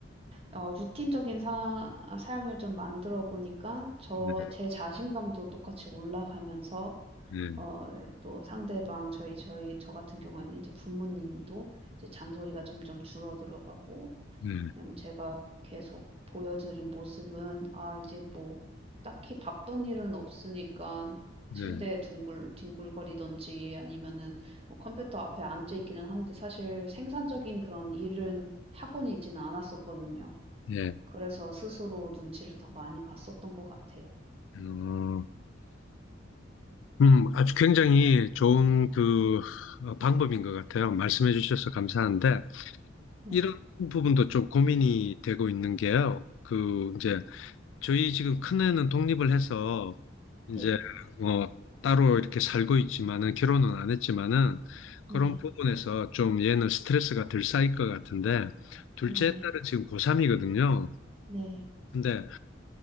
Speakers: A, on the right (about 30°); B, on the left (about 75°).
A: 어 루틴적인 사 삶을 좀 만들어 보니까 저
B: 네,
A: 제 자신감도 똑같이 올라가면서
B: 네,
A: 어 또 상대방 저희 저희 저 같은 경우에는 이제 부모님도 이제 잔소리가 점점 줄어들어 가고
B: 네,
A: 왜냐면 제가 계속 보여드린 모습은 아 이제 뭐 딱히 바쁜 일은 없으니깐
B: 네,
A: 침대에 둥글 뒹굴거리든지 아니면은 뭐 컴퓨터 앞에 앉아 있기는 한데 사실 생산적인 그런 일은 하고는 있지는 않았었거든요.
B: 네.
A: 그래서 스스로 눈치를 더 많이 봤었던 것 같아요.
B: 어, 음, 아주 굉장히 좋은 그 어, 방법인 것 같아요. 말씀해 주셔서 감사한데,
A: 네.
B: 이런 부분도 좀 고민이 되고 있는 게요. 그, 이제, 저희 지금 큰애는 독립을 해서 이제
A: 네.
B: 뭐 따로 이렇게 살고 있지만은 결혼은 안 했지만은 그런
A: 네.
B: 부분에서 좀 얘는 스트레스가 덜 쌓일 것 같은데 둘째
A: 네.
B: 딸은 지금 고3이거든요.
A: 네.
B: 근데